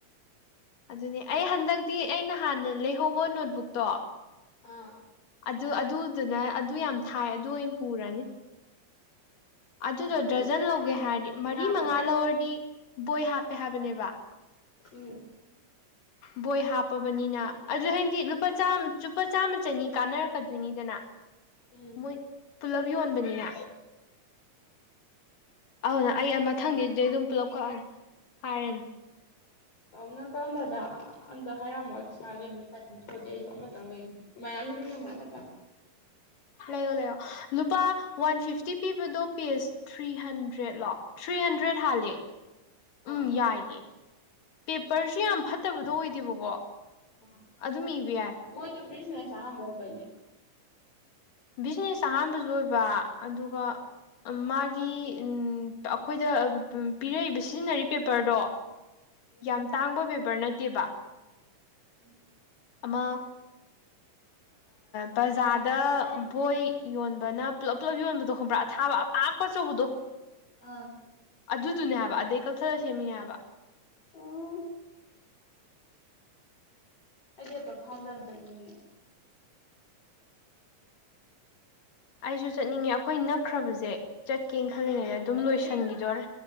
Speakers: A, on the left; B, on the left.
A: ꯑꯗꯨꯅꯦ ꯑꯩ ꯍꯟꯗꯛꯇꯤ ꯑꯩ ꯅꯍꯥꯟꯅ ꯂꯩꯍꯧꯕ ꯅꯣꯠꯕꯨꯛꯇꯣ
B: ꯑꯥ
A: ꯑꯗꯨ ꯑꯗꯨꯗꯨꯅ ꯑꯗꯨ ꯌꯥꯝ ꯊꯥꯏ ꯑꯗꯨ ꯑꯣꯏ ꯄꯨꯔꯅꯤ
B: ꯎꯝ
A: ꯑꯗꯨꯗꯣ
B: ꯑꯗꯨ
A: ꯗꯔꯖꯟ
B: ꯑꯗꯨꯝ
A: ꯂꯧꯒꯦ
B: ꯑꯃ ꯂꯩꯕ
A: ꯍꯥꯏꯔꯗꯤ ꯃꯔꯤ
B: ꯌꯥꯕꯅꯦ
A: ꯃꯉꯥ ꯂꯧꯔꯗꯤ ꯕꯣꯏ ꯍꯥꯞꯄꯦ ꯍꯥꯏꯕꯅꯦꯕ
B: ꯎꯝ
A: ꯕꯣꯏ ꯍꯥꯞꯄꯕꯅꯤꯅ ꯑꯗꯨ ꯍꯥꯏꯗꯤ ꯂꯨꯄꯥ ꯆꯥꯝꯃ ꯂꯨꯄꯥ ꯆꯥꯝꯃ ꯆꯅꯤ ꯀꯥꯟꯅꯔꯛꯀꯗꯣꯏꯅꯤꯗꯅ
B: ꯎꯝ
A: ꯃꯣꯏ ꯄꯨꯂꯞ ꯌꯣꯟꯕꯅꯤꯅ ꯑꯗꯨꯅ ꯑꯩ ꯃꯊꯪꯗꯩꯗꯤ ꯑꯗꯨꯝ ꯄꯨꯂꯞ ꯀꯛꯑꯅꯤ ꯍꯥꯏꯔꯅꯤ
B: ꯑꯧ ꯅꯪ ꯀꯛꯑꯝꯗꯥꯢꯗ ꯑꯝꯇ ꯍꯥꯏꯔꯝꯃꯣ ꯑꯩ ꯄꯩꯁꯥ ꯂꯩꯕꯩ ꯇꯥꯏꯃꯤꯡ ꯊꯣꯛꯑꯗꯤ ꯑꯩꯁꯨ ꯑꯃꯇꯪ ꯂꯩꯒꯦ ꯃꯌꯥꯝꯗꯨꯗꯤ ꯉꯝꯃꯣꯏ ꯑꯃꯇꯪ
A: ꯂꯩꯌꯣ ꯂꯩꯌꯣ ꯂꯨꯄꯥ ꯋꯥꯟ ꯐꯤꯐꯇꯤ ꯄꯤꯕꯗꯣ ꯄꯦꯁ ꯊ꯭ꯔꯤ ꯍꯟꯗ꯭ꯔꯦꯠꯂꯣ ꯊ꯭ꯔꯤ ꯍꯟꯗ꯭ꯔꯦꯠ ꯍꯥꯜꯂꯦ
B: ꯑꯥ
A: ꯎꯝ ꯌꯥꯏꯌꯦ ꯄꯦꯄꯔꯁꯨ ꯌꯥꯝ ꯐꯠꯇꯕꯗꯣ ꯑꯣꯏꯗꯦꯕꯀꯣ
B: ꯑ
A: ꯑꯗꯨꯝ ꯏꯕ ꯌꯥꯏ
B: ꯃꯣꯏꯗꯨ ꯕꯤꯖꯅꯦꯁ ꯑꯍꯥꯟꯕ ꯑꯣꯏꯕꯩꯅꯦ
A: ꯕꯤꯖꯤꯅꯦꯁ ꯑꯍꯥꯟꯕꯁꯨ ꯑꯣꯏꯕ ꯑꯗꯨꯒ ꯃꯥꯒꯤ ꯑꯩꯈꯣꯏꯗ ꯄꯤꯔꯛꯏꯕ ꯁꯤꯖꯤꯟꯅꯔꯤ ꯄꯦꯄꯔꯗꯣ
B: ꯎꯝ
A: ꯌꯥꯝ ꯇꯥꯡꯕ ꯄꯦꯄꯔ ꯅꯠ ꯇꯦꯕ
B: ꯎꯝ
A: ꯑꯃ ꯕꯖꯥꯔꯗ ꯕꯣꯏ ꯌꯣꯟꯕꯅ ꯄꯨꯂꯞ ꯄꯨꯂꯞ ꯌꯣꯟꯕꯗꯣ ꯈꯪꯕ꯭ꯔꯥ ꯊꯕ ꯄꯥꯛꯄ ꯑꯆꯧꯕꯥꯗꯣ
B: ꯑꯥ
A: ꯑꯗꯨꯗꯨꯅꯦ ꯍꯥꯏꯕ ꯑꯗꯩ ꯀꯛꯊꯠꯂ ꯁꯦꯝꯃꯤꯅꯦ ꯍꯥꯏꯕ
B: ꯑꯣ ꯑꯩꯗꯤ ꯑꯄꯥ ꯐꯥꯝꯗ ꯌꯥꯝ ꯆꯪꯅꯤꯡꯉꯦ
A: ꯑꯩꯁꯨ ꯆꯠꯅꯤꯡꯉꯦ ꯑꯩꯈꯣꯏ ꯅꯛꯈ꯭ꯔꯕꯁꯦ ꯆꯠꯀꯦ ꯈꯜꯂꯤꯉꯩꯗ ꯑꯗꯨꯝ
B: ꯑꯗꯨꯗꯤ
A: ꯂꯣꯏꯁꯤꯟꯈꯤꯗꯣꯔꯦ